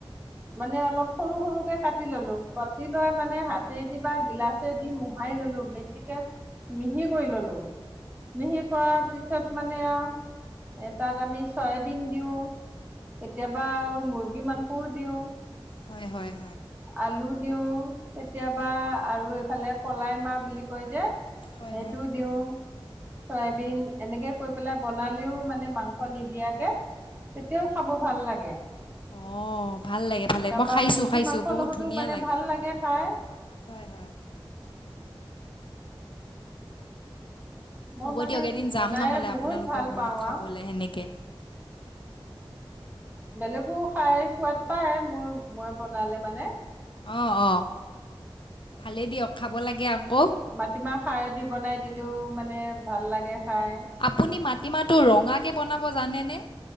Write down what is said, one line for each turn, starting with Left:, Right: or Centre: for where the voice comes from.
Right: মানে অলপ সৰু সৰুকে কাটি ললো, কাটি লৈ মানে হাতেদি বা গিলাচেদি মোহাৰি ল'লো বেছিকে মিহি কৰি ললো। মিহি কৰা পিছত মানে আৰু এ তাত আমি চয়াবিন দিওঁ। কেতিয়াবা আৰু মুৰ্গী মাংসও দিওঁ।
Left: হয়-হয়।
Right: আলু দিওঁ। কেতিয়াবা আৰু এইফালে কলাই মাহ বুলি কয় যে
Left: হয়
Right: সেইটো
Left: হয় হয়
Right: দিওঁ। চয়াবিন এনেকে কৈ পেলাই বনালেও মানে মাংস নিদিয়াকে তেতিয়াও খাব ভাল লাগে।
Left: অঁ ভাল লাগে ভাল লাগে
Right: তাৰ
Left: মই
Right: পৰা
Left: খাইছো
Right: মুৰ্গী
Left: খাইছো,
Right: মাংসৰ
Left: বহুত
Right: লগতো
Left: ধুনীয়া
Right: মানে
Left: লাগে।
Right: ভাল খাই
Left: হয় হয়।
Right: মই
Left: হ'ব
Right: মানে
Left: দিয়ক এদিন যাম
Right: বনাই
Left: নহ'লে
Right: বহুত
Left: আপোনালোকৰ
Right: ভাল
Left: ঘৰত
Right: পাওঁ
Left: খাবলে
Right: আৰু।
Left: সেনেকে।
Right: বেলেগো খাই সোৱাদ পায় মোৰ মই বনালে মানে।
Left: অ', অ', ভালেই দিয়ক, খাব লাগে আৰু
Right: মাটিমাহ খাৰ দি বনাই দিলেও মানে ভাল লাগে। খাই।
Left: আপুনি মাটিমাহটো ৰঙাকে বনা ব জানে নে।